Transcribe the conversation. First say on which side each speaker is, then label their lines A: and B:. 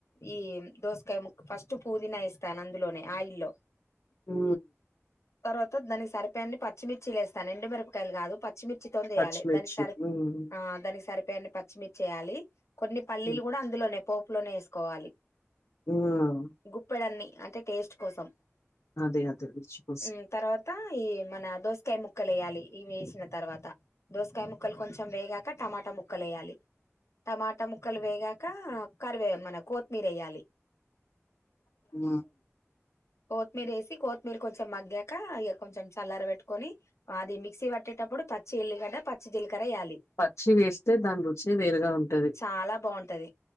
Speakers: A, on the left; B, on the left.
A: ఈ దోసకాయ ము ఫస్ట్ పూదినా యేస్తాను అందులోనే ఆయిల్లో
B: ఉ
A: తర్వాత దానికి సరిపోయెన్ని పచ్చిమిర్చి లేేస్తాను ఎండుమిరపకాయలు కాదు. పచ్చిమిర్చితోను చేయాలి
B: పచ్చిమిర్చి.
A: దానికి సరిప్
B: హ్మ్.
A: ఆ దానికి సరిపోయెన్ని పచ్చిమిర్చి వేయాలి. కొన్ని పల్లీలు
B: హ్మ్.
A: కూడా అందులోనే పోపులోనే యేస్కోవాలి.
B: హ్మ్.
A: గుప్పెడన్ని అంటే టేస్ట్ కోసం
B: అదే అదే రుచి కోసం.
A: ఉ తర్వాత ఈ మన దోసకాయ ముక్కలు వేయాలి ఇవి వేసిన తర్వాత, దోసకాయ ముక్కలు కొంచెం వేగాక టమాటా ముక్కలు వేయాలి టమాటా ముక్కలు వేగాక కరివే మన కొత్తిమీర వేయాలి.
B: ఉ
A: కొత్తిమిరి వేసి కొత్తిమీర కొంచెం మగ్గాక ఇక కొంచెం చల్లర పెట్టుకొని అది మిక్సీ పట్టేటప్పుడు పచ్చి ఉల్లుగడ్డ పచ్చి జీలకర వేయాలి
B: పచ్చి వేస్తే దాని రుచే వేరుగా ఉంటది.
A: చాలా బాగున్ టది